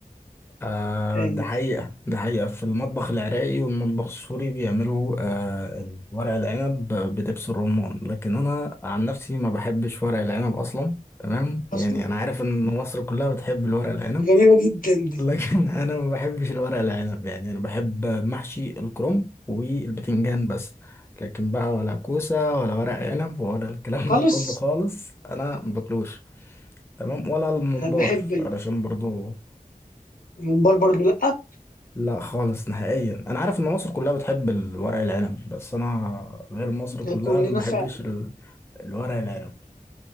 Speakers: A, on the left (about 15°); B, on the left (about 65°).
A: آه
B: آه،
A: ده حقيقة ده حقيقة في المطبخ العراقي والمطبخ السوري بيعملوا آه ورق العنب بدبس الرمان لكن أنا عن نفسي ما بحبش ورق العنب أصلا تمام يعني
B: أصلا
A: أنا عارف إن مصر كلها بتحب الورق العنب
B: غريبة جدا دي
A: لكن <laughs> انا ما بحبش الورق العنب يعني انا بحب محشي الكرنب والبتنجان بس لكن بقى ولا كوسه ولا ورق عنب ولا الكلام
B: خالص
A: ده كله خالص انا ما باكلوش تمام ولا الممبار
B: أنا بحب
A: علشان برضو
B: الممبار برضو لأ
A: لا خالص نهائيا انا عارف ان مصر كلها بتحب الورق العنب بس انا غير مصر
B: ده
A: كلها
B: كلنا
A: ما بحبش
B: فعلا
A: ال- الورق العنب